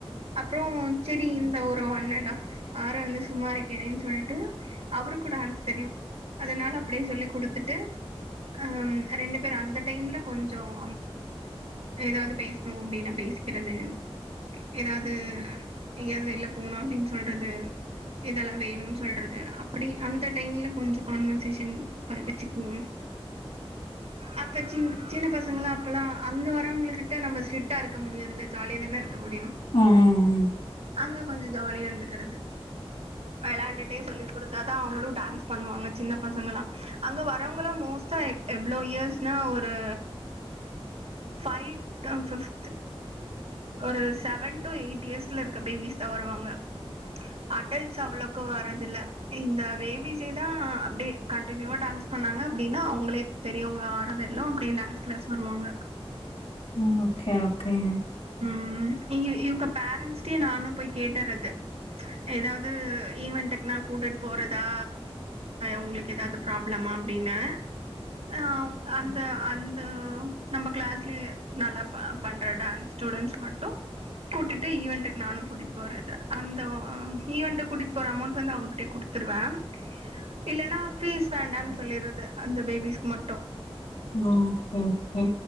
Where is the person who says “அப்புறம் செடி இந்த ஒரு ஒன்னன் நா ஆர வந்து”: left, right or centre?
Right